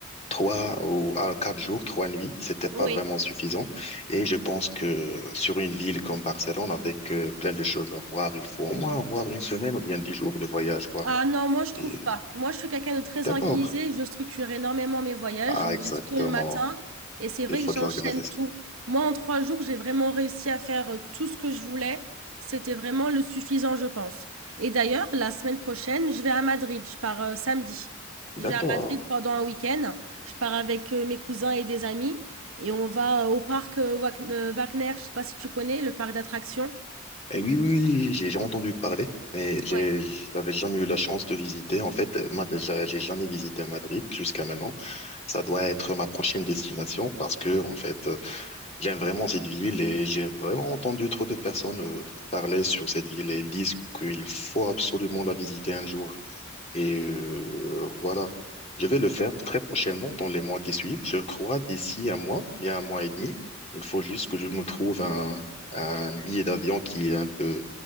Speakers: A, on the left (about 30°); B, on the right (about 85°).
A: trois ou à quatre jours, trois nuits, c'était pas
B: Oui.
A: vraiment suffisant. Et je pense que sur une ville comme Barcelone, avec euh, plein de choses à voir, il faut au moins avoir une semaine ou bien dix jours de voyage, quoi.
B: Ah non, moi je trouve
A: Et
B: pas. Moi je suis quelqu'un de très
A: d'accord.
B: organisé, je structure énormément mes voyages,
A: Ah,
B: je me
A: exactement.
B: lève tôt le matin et c'est vrai
A: Il faut
B: que j'enchaîne
A: de l'organisation.
B: tout. Moi en trois jours, j'ai vraiment réussi à faire euh, tout ce que je voulais. C'était vraiment le suffisant, je pense. Et d'ailleurs, la semaine prochaine, je vais à Madrid, je pars euh, samedi.
A: D'accord.
B: Je vais à Madrid pendant un week-end. Je pars avec euh, mes cousins et des amis et on va euh, au parc euh, Wac- euh, Wagner, je sais pas si tu connais, le parc d'attractions.
A: Et oui, oui, oui, j'ai j'ai entendu parler, mais j'ai,
B: Ouais.
A: j'avais jamais eu la chance de visiter. En fait, moi, déjà, j'ai jamais visité Madrid jusqu'à maintenant. Ça doit être ma prochaine destination parce que, en fait, J'aime vraiment cette ville et j'ai vraiment entendu trop de personnes euh, parler sur cette ville et disent qu'il faut absolument la visiter un jour. Et euh, voilà, je vais le faire très prochainement dans les mois qui suivent. Je crois d'ici un mois, bien un mois et demi. Il faut juste que je me trouve un, un billet d'avion qui est un peu,